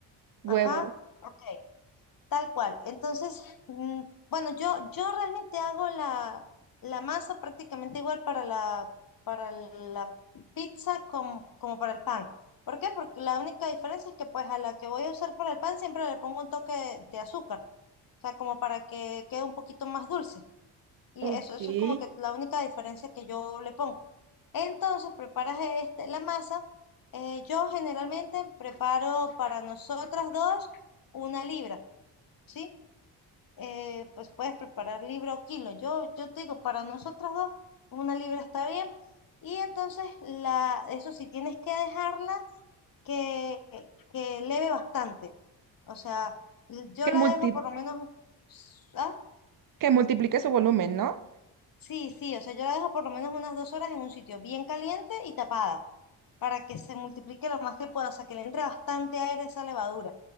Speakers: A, on the left (about 45°); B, on the right (about 45°).
A: Ajá,
B: huevo.
A: ok, tal cual. Entonces, mm, bueno, yo, yo realmente hago la, la masa prácticamente igual para la, para la pizza como, como para el pan. ¿Por qué? Porque la única diferencia es que pues a la que voy a usar para el pan siempre le pongo un toque de azúcar O sea, como para que quede un poquito más dulce. Y
B: Ok.
A: eso,
B: Que
A: eso es como que la única diferencia que yo le pongo. Entonces, preparas este, la masa. Eh, yo generalmente preparo para nosotras dos una libra, ¿sí? Eh, pues puedes preparar libra o kilo. Yo, yo te digo, para nosotras dos, una libra está bien. Y entonces, la, eso sí, tienes que dejarla que, que leve bastante. O sea, yo la
B: multi-
A: dejo por lo menos ah,
B: que multiplique su volumen, ¿no?
A: Sí, sí, o sea, yo la dejo por lo menos unas dos horas en un sitio bien caliente y tapada para que se multiplique lo más que pueda, o sea, que le entre bastante aire a esa levadura.